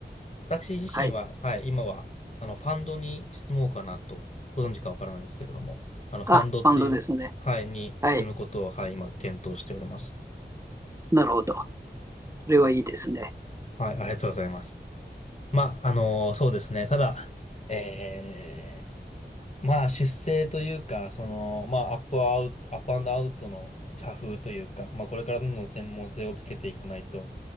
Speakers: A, on the left; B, on the right.
A: 私自身は、
B: はい。
A: はい、今は、あの、ファンドに質問かなと、ご存知かわからないですけれども、あの、ファンドっていう、
B: あ、バンドですね。
A: はい、に進むことを、
B: はい。
A: はい、今、検討しております。
B: なるほど。それはいいですね。
A: はい、ありがとうございます。まあ、あのーそうですね。ただ、えーまあ、出世というか、その、まあ、アップアウト、アップアンドアウトの社風というか、まあ、これからどんどん専門性をつけていかないと、